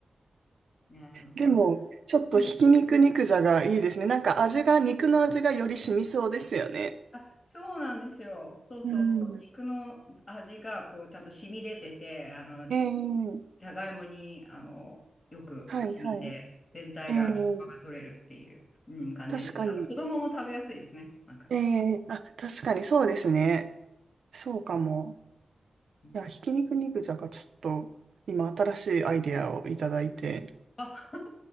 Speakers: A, on the left; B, on the right.
A: ねえ、なんか。
B: でも、ちょっとひき肉肉座がいいですね。
A: うん
B: なんか味が、肉の味がより染みそうですよね。
A: あ、そうなんですよ。そうそうそう。
B: うん。
A: 肉の味が、こう、ちゃんと染み出てて、あの、
B: ええ
A: じゃがいもに、あの、よく染みて、
B: はい、はい。
A: 全体が調和が取れるっていう、
B: ええ
A: うん、感じですね。
B: 確かに。
A: あと、子供も食べやすいですね。なんか。
B: ええあ、確かにそうですね。そうかも。
A: うん
B: いや、ひき肉肉じゃがちょっと、今新しいアイデアをいただいて。
A: あ、